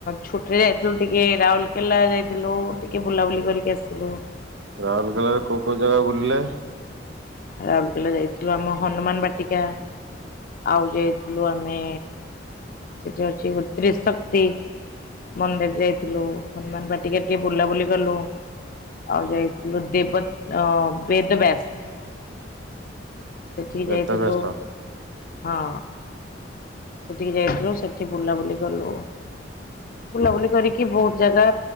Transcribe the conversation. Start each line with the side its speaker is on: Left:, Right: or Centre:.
Left: ଛୁଟିରେ ଯାଇଥିଲୁ ଟିକେ ରାଉଲକେଲା ଯାଇଥିଲୁ ଟିକେ ବୁଲାବୁଲି କରିକି ଆସିଥିଲୁ।
Right: ରାଉଲକେଲାରେ କୋଉ କୋଉ ଜାଗା ବୁଲିଲେ?
Left: ରାଉରକେଲା ଯାଇଥିଲୁ ଆମ ହନୁମାନ ବାଟିକା ଆଉ ଯାଇଥିଲୁ ଆମେ ସେଠି ଅଛି ଗୋ ତ୍ରିଶକ୍ତି ମନ୍ଦିର୍ ଯାଇଥିଲୁ ହନୁମାନ ବାଟିକା ଟିକେ ବୁଲାବୁଲି କଲୁ। ଆଉ ଯାଇଥିଲୁ ଦେବ ଅଂ ବେଦବ୍ୟାସ୍। ସେଠିକି
Right: ବେଦବ୍ୟାସ
Left: ଯାଇଥିଲୁ ହଁ। ସେଠିକି ଯାଇଥିଲୁ ସେଠି ବୁଲାବୁଲି କଲୁ। ବୁଲାବୁଲି କରିକି ବୋହୁତ ଜାଗା